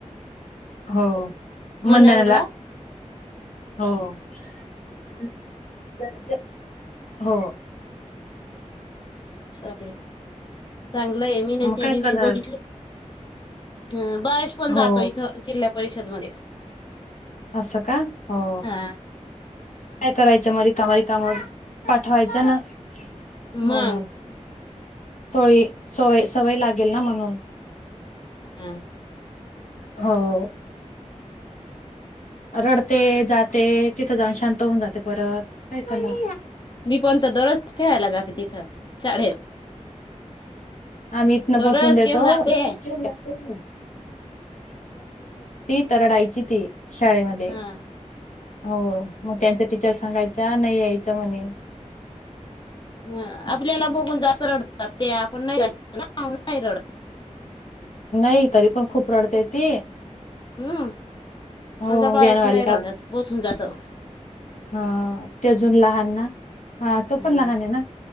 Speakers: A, on the left; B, on the left.
A: हो.
B: म्हणायला?
A: मंदानाला हो. <unintelligible> हो.
B: चालेल. चांगलंय मी न
A: मग
B: त्या
A: काय
B: दिवशी
A: करणार
B: बघितले. ह. बाळेश पण जातो
A: हो
B: इथं जिल्हा परिषद मध्ये!
A: अस का? हो.
B: हा
A: काय करायचं मग रिकाम - रिकाम पाठवायचं ना? म्हणूनच.
B: मग
A: तळी - सवय- सवय लागेल ना म्हणून.
B: अं.
A: हो. रडते जाते. तिथं जाऊन शांत होऊन जाते परत. काय करणार?
B: मी पण त बळच ठेवायला जाते तिथं शाळेत -
A: आम्ही इथन
B: दररोज
A: बसवून देतो-
B: घेऊन जाते
A: तेच ना. शाळेमध्ये.
B: हा
A: हो मग त्यांच - टीचर सांगायच्या नाही यायच म्हणे.
B: ह आपल्याला बघून जास्त रडतात ते आपण नाही नाही रडत!
A: नाही, तरी पण खूप रडते ती.
B: हम्म.
A: हो
B: माझा बाळशी
A: व्यानवाले
B: नाही रडत बसून जातो.
A: ह. ते अजून लहान ना? तो पण
B: हा.
A: लहान आहे ना